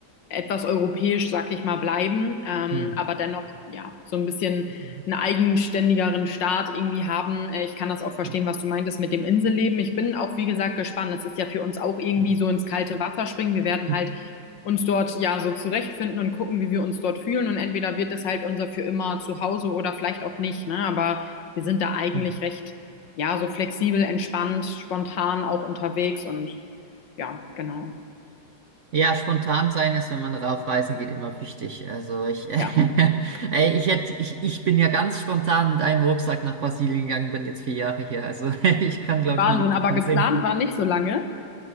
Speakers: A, on the left; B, on the right.
A: etwas europäisch, sag ich mal, bleiben, ähm,
B: Hm.
A: aber dennoch, ja, so ein bisschen
B: Hm.
A: einen eigenständigeren Staat irgendwie haben. Äh, Ich kann das auch verstehen,
B: Hm.
A: was du meintest mit dem Inselleben. Ich bin auch, wie gesagt, gespannt. Es ist ja für uns auch irgendwie
B: Hm.
A: so ins kalte Wasser springen. Wir werden
B: Hm.
A: halt uns dort ja so zurechtfinden und gucken, wie wir uns dort fühlen. Und entweder wird es halt unser für immer Zuhause oder vielleicht auch nicht, ne? Aber wir sind da eigentlich
B: hm.
A: recht, ja, so flexibel, entspannt, spontan auch unterwegs und ja, genau.
B: Ja, spontan sein ist, wenn man auf Reisen geht, immer wichtig. Also ich, <laughs>
A: Ja,
B: ey, ich hätte, ich, ich bin ja ganz spontan mit einem Rucksack nach Brasilien gegangen, bin jetzt vier Jahre hier. Also <laughs> ich kann, glaube
A: Wahnsinn.
B: ich, ein Lied
A: Aber
B: davon
A: geplant
B: singen.
A: war nicht so lange.